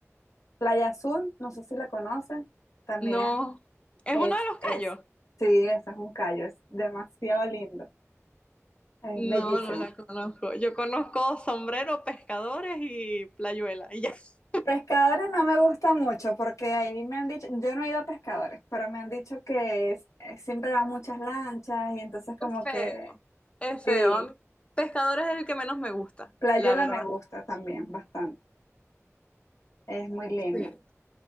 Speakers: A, on the left; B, on the left.
A: Playa Azul, no sé si la conoces, también
B: No, es
A: es,
B: uno de los
A: es,
B: callos.
A: sí, esa es un callo, es demasiado lindo, es
B: No,
A: bellísimo.
B: no la conozco. Yo conozco sombrero, pescadores y playuela. Y ya. Es
A: Pescadores no me gusta mucho porque ahí me han dicho, yo no he ido a pescadores, pero me han dicho que es- eh, siempre van muchas lanchas y entonces como
B: feo.
A: que
B: Es
A: sí,
B: feo. A mí, pescadores es el que menos me gusta,
A: Playuela
B: la verdad.
A: me gusta también bastante, es muy linda.
B: Sí.